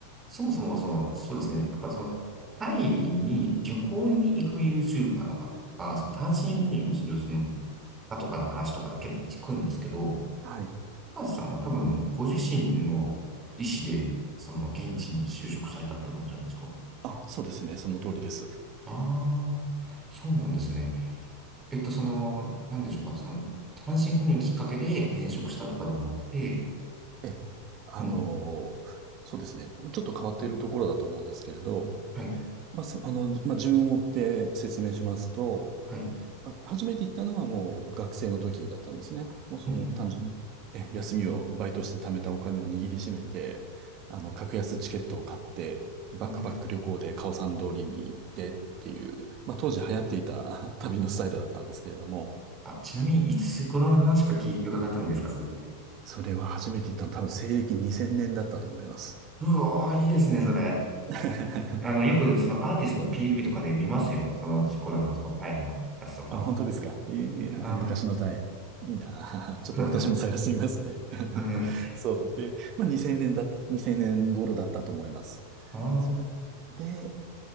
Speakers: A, on the right; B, on the right.
A: そもそも、その、そうですね。やっぱその、タイに旅行に行く YouTuber の方とか、その単身赴任をするその
B: うん。
A: 方とかの話とか結構聞くんですけど、
B: はい。
A: 高橋さんは多分ご自身の意思で、その現地に就職されたって感じなんですか
B: あ、そうですね。その通りです。
A: ああそうなんですね。えっと、その、なんでしょうか、その、単身赴任きっかけで転職したとかでもなくて、
B: え、あのーそうですね。
A: もう、
B: まちょっと変わっているところだと思うんですけれど、
A: はい、
B: まあ、そ、あの、まあ、順を追って説明しますと、
A: はい、
B: まあ、初めて行ったのはもう学生の時だったんですね。もうその単純、
A: うん、
B: え、休みをバイトして貯めたお金を握りしめて、あの、格安チケットを買って、バックパック旅行でカオさん通りに行ってっていう、
A: うん。
B: まあ、当時流行っていた <laughs> 旅のスタイルだったんですけれども、
A: あ、ちなみに、いつ頃の話か聞い伺ってもいいですか、それって。
B: それは初めて行ったの多分西暦2000年だったと思います。
A: うおー、いいですね、それ。
B: <laughs>
A: あの、よくそのアーティストの PV とかで見ますよ。そのコロナのそのタイのやつとか。
B: あ、本当ですか。ええあ、
A: うん。
B: 昔のタイ。いいなあ。<laughs> ちょっと私も探してみますね。
A: <laughs>
B: <laughs>
A: うん。
B: そう。で、まあ、2000年だった、2000年頃だったと思います。
A: あ
B: それで、